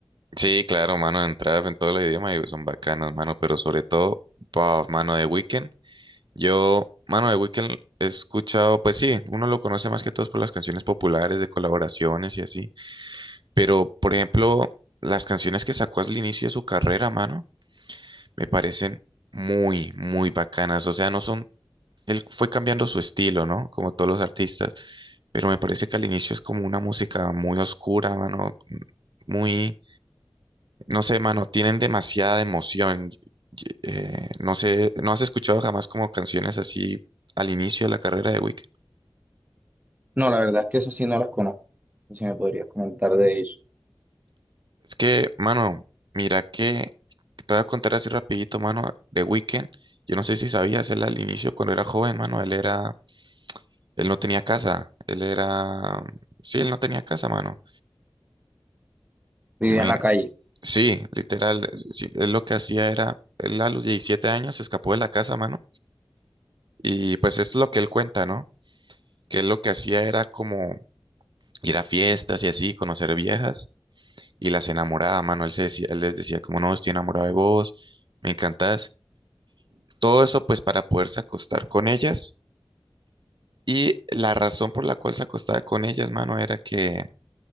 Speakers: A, on the right (about 60°); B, on the right (about 20°).
A: sí, claro, mano, en trap, en todos los idiomas y son bacanos, mano, pero sobre todo, bah, mano, The Weeknd. Yo, mano, de Weeknd he escuchado, pues sí, uno lo conoce más que todos por las canciones populares de colaboraciones y así, pero por ejemplo, las canciones que sacó al inicio de su carrera, mano, me parecen muy, muy bacanas. O sea, no son, él fue cambiando su estilo, ¿no? Como todos los artistas, pero me parece que al inicio es como una música muy oscura, mano, muy no sé, mano, tienen demasiada emoción. Y- eh, no sé, ¿no has escuchado jamás como canciones así al inicio de la carrera de Weekend?
B: No, la verdad es que eso sí no las conozco. No sé Si me podrías comentar de eso
A: Es que, mano, mira que te voy a contar así rapidito, mano, de Weekend. Yo no sé si sabías, él al inicio cuando era joven, mano, él era, él no tenía casa, él era, sí, él no tenía casa, mano.
B: Vivía
A: Imagín-
B: en la calle.
A: sí, literal, sí, él lo que hacía era, él a los 17 años se escapó de la casa, mano, y pues esto es lo que él cuenta, ¿no? Que él lo que hacía era como ir a fiestas y así, conocer viejas. Y las enamoraba, mano. Él, se decía, él les decía, como no, estoy enamorado de vos, me encantás. Todo eso, pues, para poderse acostar con ellas. Y la razón por la cual se acostaba con ellas, mano, era que